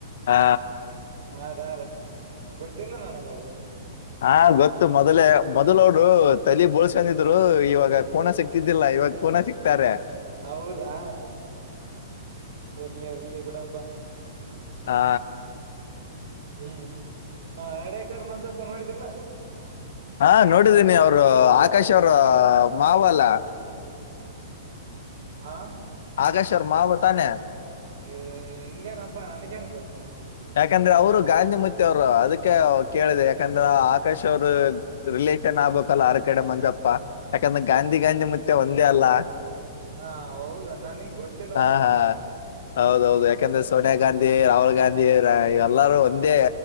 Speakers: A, on the left; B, on the right.
A: ಹಾ.
B: ಹಾರಾರ್ ಗೊತ್ತಿಲ್ಲ ನನಗ್ ಅವ್ರ್
A: ಹಾ ಗೊತ್ತು ಮೊದ್ಲೆೇ ಮೊದ್ಲೌರು ತಲಿ ಬೋಳ್ಸಂದಿದ್ರು ಇವಾಗ ಕೋನ ಸಿಕ್ತಿದ್ದಿಲ್ಲ ಇವಾಗ್ ಕೋನ ಸಿಕ್ತಾರೆ
B: ಹೌದಾ ಇರ್ಲಿ ಇರ್ಲಿ ಬಿಡಪ್ಪ
A: ಹಾ
B: <unintelligible> ಹ್ಮ್ ಅ ಹಡೇಕರ್ ಮಂದಪ್ಪ ಮಾಡಿದ್ದಿಲ್ಲ
A: ಹಾ ನೋಡಿದೀನಿ ಅವ್ರು ಆಕಾಶ್ ಅವ್ರ್ ಮಾವ ಅಲ್ಲ
B: ಹಾ
A: ಆದರ್ಶ್ ಅವ್ರ್ ಮಾವ ತಾನೇ
B: ಹ್ ಹಿಂಗೇನಪ್ಪ ನನಗೇನ್ ಗೊತ್ತು
A: ಯಾಕಂದ್ರೆ ಅವರು ಗಾಂಧಿಮತ್ತಿ ಅವರು ಅದ್ಕೆ ಕೇಳ್ದೆ ಯಾಕಂದ್ರ ಆಕಾಶ್ ಅವರು ರಿಲೇಷನ್ ಆಗ್ಬೇಕಲ ಆರ ಕಡೆ ಮಂಜಪ್ಪ ಯಾಕಂದ್ರೆ ಗಾಂಧಿ ಗಾಂಧಿ ಮುತ್ತೆ ಒಂದೇ ಅಲ್ಲ
B: ಹಾ ಹೌದಾ ನನ್ಗ್ ಗೊತ್ತಿಲ್ಲಪ್ಪ
A: ಹಾ ಹಾ ಹೌದೌದು ಯಾಕಂದ್ರೆ ಸೋನಿಯಾ ಗಾಂಧಿ ರಾಹುಲ್ ಗಾಂಧಿ ಇವರ್ ಎಲ್ಲಾರೂ ಒಂದೇ